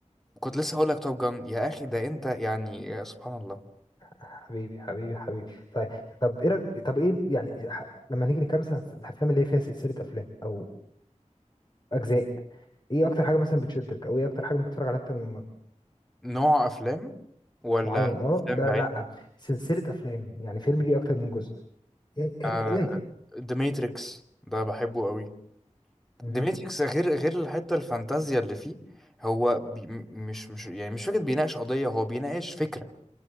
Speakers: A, in the centre; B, on the left (about 35°).
A: كنت لسه هقول لك توب جان يا اخي ده انت يعني يا سبحان الله
B: حبيبي حبيبي حبيبي طيب طب ايه رأيك- طب ايه يعني ح- لما نيجي نكمل مثلا الافلام اللي هي فيها سلسله افلام او اجزاء ايه اكتر حاجه مثلا بتشدك او ايه اكتر حاجه ممكن تتفرج عليها اكتر من مره
A: نوع افلام ولا
B: معين اه
A: افلام
B: لا
A: بعينها
B: لا سلسله افلام يعني فيلم ليه اكتر من جزء <clears throat>
A: آه The Matrix ده بحبه قوي
B: مهم.
A: The Matrix غير غير الحتة الفانتازيا اللي فيه هو بي مش مش يعني مش فكرة بيناقش قضية هو بيناقش فكرة